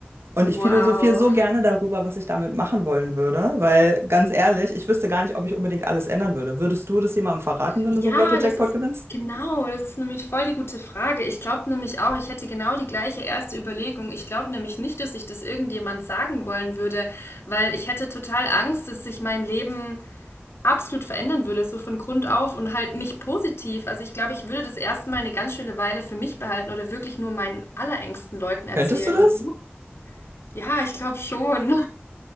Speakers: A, on the right (about 85°); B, on the left (about 85°).
A: Und
B: <laughs> wow.
A: ich philosophiere so gerne darüber, was ich damit machen wollen würde, weil ganz ehrlich, ich wüsste gar nicht, ob ich unbedingt alles ändern würde. Würdest du das jemandem verraten, wenn
B: Ja,
A: du so einen Lotto-Jackpot
B: das ist
A: gewinnst?
B: genau, das ist nämlich voll die gute Frage. Ich glaube nämlich auch, ich hätte genau die gleiche erste Überlegung. Ich glaube nämlich nicht, dass ich das irgendjemand sagen wollen würde, weil ich hätte total Angst, dass sich mein Leben absolut verändern würde, so von Grund auf und halt nicht positiv. Also ich glaube, ich würde das erstmal eine ganz schöne Weile für mich behalten oder wirklich nur meinen allerengsten Leuten erzählen.
A: Könntest du das?
B: Und du? Ja, ich glaube schon.